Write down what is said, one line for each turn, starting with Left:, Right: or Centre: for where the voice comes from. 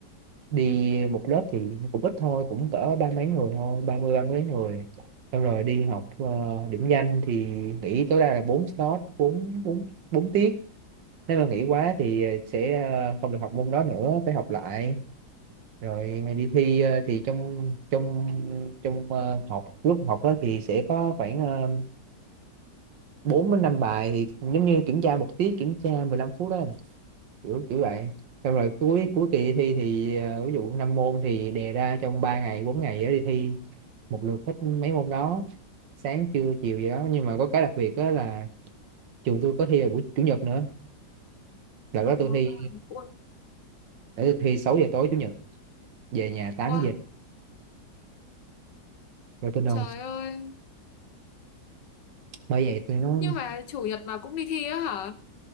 Right: đi một lớp thì cũng ít thôi cũng cỡ ba mấy người thôi ba mươi ba mấy người xong rồi đi học ờ, điểm danh thì nghỉ tối đa là bốn slot bốn bốn bốn tiết nếu mà nghỉ quá thì sẽ ờ, không được học môn đó nữa phải học lại rồi đi thi ờ, thì trong trong trong ờ, học lúc học đó thì sẽ có khoảng ờ, bốn đến năm bài thì giống như kiểm tra một tiết kiểm tra 15 phút đó kiểu kiểu vậy xong rồi cuối cuối kỳ thi thì ờ, ví dụ năm môn thì đề ra trong 3 ngày 4 ngày đó đi thi một lượt hết mấy môn đó sáng trưa chiều gì đó nhưng mà có cái đặc biệt đó là trường tôi có thi vào buổi chủ nhật nữa đợt đó tôi
Left: À,
Right: thi
Left: ui, ôi,
Right: để tôi thi 6 giờ tối chủ nhật về nhà tám
Left: Wow,
Right: giờ rồi tôi nôn
Left: trời ơi
Right: bởi vậy tôi nói
Left: nhưng mà chủ nhật mà cũng đi thi á hả